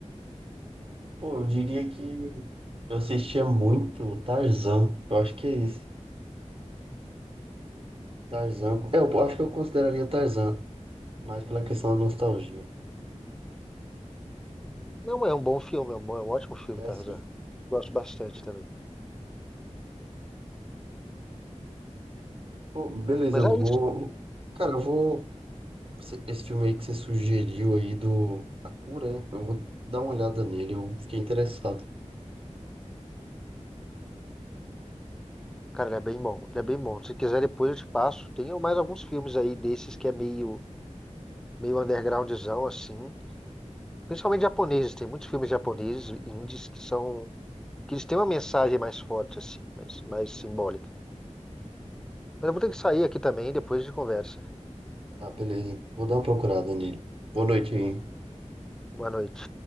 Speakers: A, on the right (about 50°); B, in the centre.
A: pô, eu diria que. Eu assistia muito Tarzan. Eu acho que é isso. Tarzan. É, eu acho que eu consideraria Tarzan, mas pela questão da nostalgia.
B: Não é um bom filme, é um, bom- é um ótimo filme,
A: É
B: Tarzan.
A: assim.
B: Eu Gosto bastante também.
A: Pô, beleza,
B: Mas
A: eu
B: é
A: vou.
B: isso.
A: Cara, eu vou. você- Esse filme aí que você sugeriu aí do A Cura, né? eu vou dar uma olhada nele. Eu fiquei interessado.
B: Cara, ele é bem bom. Ele é bem bom. Se quiser, depois eu te passo. Tem mais alguns filmes aí desses que é meio, meio undergroundzão, assim. Principalmente japoneses. Tem muitos filmes japoneses, indies, que são... Que eles têm uma mensagem mais forte, assim, mais, mais simbólica. Mas eu vou ter que sair aqui também, depois a gente conversa.
A: Ah, beleza. Vou dar uma procurada nele. Boa noite, hein?
B: Boa noite.